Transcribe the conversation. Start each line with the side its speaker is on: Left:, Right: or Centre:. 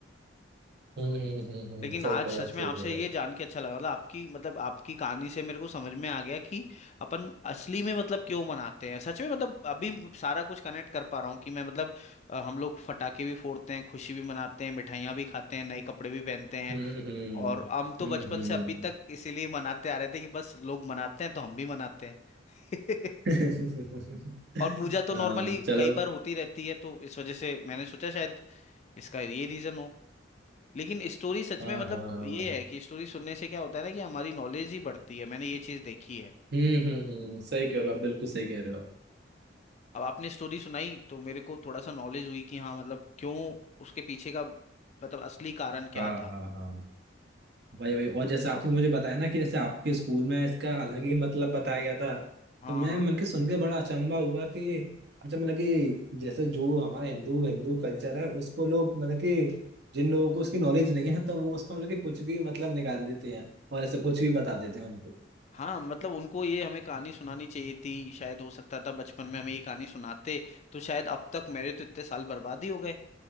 Right: हम्म हम्म हम्म हम्म,
Left: लेकिन
Right: सही
Left: आज
Right: कह
Left: सच
Right: रहे हो आप
Left: में
Right: सही
Left: आपसे
Right: कह रहे
Left: ये
Right: हो
Left: जान के अच्छा लगा मतलब आपकी मतलब आपकी कहानी से मेरे को समझ में आ गया कि अपन असली में मतलब क्यों मनाते हैं सच में मतलब अभी सारा कुछ कनेक्ट कर पा रहा हूँ कि मैं मतलब अ, हम लोग फटाके भी फोड़ते हैं खुशी भी मनाते हैं मिठाइयाँ भी खाते हैं नए कपड़े भी पहनते हैं
Right: हम्म हम्म
Left: और हम तो बचपन
Right: हम्म
Left: से अभी
Right: हम्म।
Left: तक इसीलिए मनाते आ रहे थे कि बस लोग मनाते हैं तो हम भी मनाते हैं <laughs>
Right: <laughs>
Left: और पूजा तो
Right: हाँ
Left: नॉर्मली
Right: चलो
Left: कई बार होती रहती है तो इस वजह से मैंने सोचा शायद इसका ये रीजन हो लेकिन स्टोरी सच
Right: हाँ
Left: में मतलब
Right: हाँ हाँ
Left: ये है कि स्टोरी सुनने से क्या होता है ना कि हमारी नॉलेज ही बढ़ती है मैंने ये चीज देखी है
Right: हम्म हम्म हम्म सही कह रहे हो आप बिल्कुल सही कह रहे हो आप।
Left: अब आपने स्टोरी सुनाई तो मेरे को थोड़ा सा नॉलेज हुई कि हाँ मतलब क्यों उसके पीछे का मतलब असली कारण
Right: हाँ
Left: क्या था
Right: हाँ हाँ भाई भाई और जैसे आपने मुझे बताया ना कि जैसे आपके स्कूल में इसका अलग ही मतलब बताया गया था
Left: हाँ
Right: तो मैं
Left: हाँ
Right: मतलब कि सुन के बड़ा अचंभा हुआ कि अच्छा मतलब कि जैसे जो हमारा हिंदू हिंदू कल्चर है उसको लोग मतलब कि जिन लोगों को उसकी नॉलेज नहीं है तो वो उसका मतलब कि कुछ भी मतलब निकाल देते हैं और ऐसे कुछ भी बता देते हैं उनको
Left: हाँ मतलब उनको ये हमें कहानी सुनानी चाहिए थी शायद हो सकता था बचपन में हमें ये कहानी सुनाते तो शायद अब तक मेरे तो इतने साल बर्बाद ही हो गए